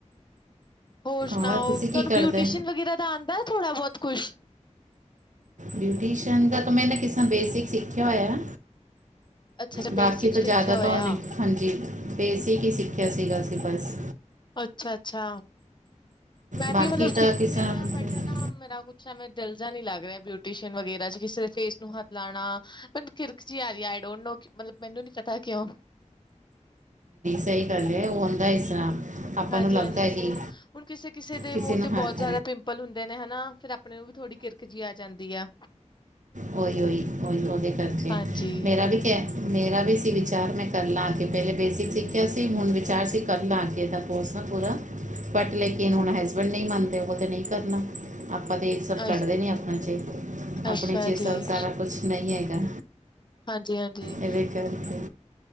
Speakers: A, on the left; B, on the right.
A: ਹੋਰ ਸੁਣਾਓ,
B: ਔਰ ਤੁਸੀਂ
A: ਤੁਹਾਨੂੰ
B: ਕੀ ਕਰਦੇ?
A: ਬਿਊਟੀਸਨ ਵਗੈਰਾ ਦਾ ਆਉਂਦਾ, ਥੋੜ੍ਹਾ ਬਹੁਤ ਕੁਛ
B: ਬਿਊਟੀਸ਼ੀਨ ਦਾ ਤਾਂ ਮੈਂ ਨਾ ਕਿਸਾਂ ਬੇਸਿਕ ਸਿੱਖਿਆ ਹੋਇਆ।
A: ਅੱਛਾ-ਅੱਛਾ,
B: ਬਾਕੀ
A: ਬੇਸਿਕ
B: ਤੋਂ
A: ਸਿੱਖਿਆ
B: ਜ਼ਿਆਦਾ ਤਾਂ
A: ਹੋਇਆ।
B: ਉਹਨੇ ਹਾਂਜੀ ਬੇਸਿਕ ਹੀ ਸਿੱਖਿਆ ਸੀਗਾ, ਅਸੀਂ ਬਸ
A: ਅੱਛਾ-ਅੱਛਾ। ਮੈਂ
B: ਬਾਕੀ
A: ਵੀ ਮਤਲਬ
B: ਤਾਂ
A: ਸਿੱਖ
B: ਕਿਸੇ
A: ਰਹੀ
B: ਨਾਲ
A: ਹਾਂ
B: ਨਹੀਂ
A: ਬਟ ਨਾ ਮੇਰਾ ਕੁਛ ਐਵੇਂ ਦਿਲ ਜਿਹਾ ਨੀ ਲੱਗ ਰਿਹਾ, ਬਿਊਟੀ ਵਗੈਰਾ ਚ ਕਿਸੇ ਫੇਸ ਨੂੰ ਹੱਥ ਲਾਉਣਾ। ਕਿਰਕ ਜੀ ਆ, ਆਈ ਡੋਟ ਨੋ ਮਤਲਬ ਮੈਨੂੰ ਨੀ ਪਤਾ ਕਿਉਂ?
B: ਸਹੀ ਗੱਲ ਏ, ਹੁੰਦਾ ਇਸ ਤਰ੍ਹਾਂ ਆਪਾਂ
A: ਹਾਂਜੀ-ਹਾਂਜੀ,
B: ਨੂੰ ਲੱਗਦਾ
A: ਕਿਸੇ
B: ਹੈ ਕਿ
A: ਨੂੰ, ਹੁਣ ਕਿਸੇ-ਕਿਸੇ ਦੇ
B: ਕਿਸੇ
A: ਮੂੰਹ
B: ਨੂੰ
A: ਤੇ
B: ਹੱਥ
A: ਬਹੁਤ ਜ਼ਿਆਦਾ ਪਿੰਪਲ ਹੁੰਦੇ ਨੇ ਹੈਨਾ ਫਿਰ ਆਪਣੇ ਨੂੰ ਵੀ ਥੋੜ੍ਹੀ ਕਿਰਕ ਜਿਹੀ ਆ ਜਾਂਦੀ ਆ।
B: ਓਹੀ-ਉਹੀ-ਉਹੀ, ਉਹਦੇ ਕਰਕੇ
A: ਹਾਂਜੀ
B: ਮੇਰਾ ਵੀ ਕ ਮੇਰਾ ਵੀ ਸੀ ਵਿਚਾਰ ਮੈਂ ਕਰ ਲਾਂ ਕੇ ਪਹਿਲੇ ਬੇਸਿਕ ਸਿੱਖਿਆ ਸੀ, ਹੁਣ ਵਿਚਾਰ ਸੀ ਕਰ ਲਾਂ ਅੱਗੇ ਦਾ ਕੋਰਸ ਪੂਰਾ, ਬਟ ਲੇਕਿਨ ਹੁਣ ਹਸਬੈਂਡ ਨਹੀਂ ਮੰਨਦੇ, ਉਹ ਤੇ ਨਹੀਂ ਕਰਨਾ। ਆਪਾਂ ਤੇ ਇੱਕ ਸੌ ਕੱਢਦੇ
A: ਅਛ
B: ਨੀ ਆਪਣਾ ਚ ਆਪਣੇ
A: ਅੱਛਾ
B: ਚੇ
A: ਜੀ
B: ਸ ਸਾਰਾ ਕੁਛ ਨਹੀਂ ਹੈਗਾ।
A: ਹਾਂਜੀ-ਹਾਂਜੀ।
B: ਇਹਦੇ ਕਰਕੇ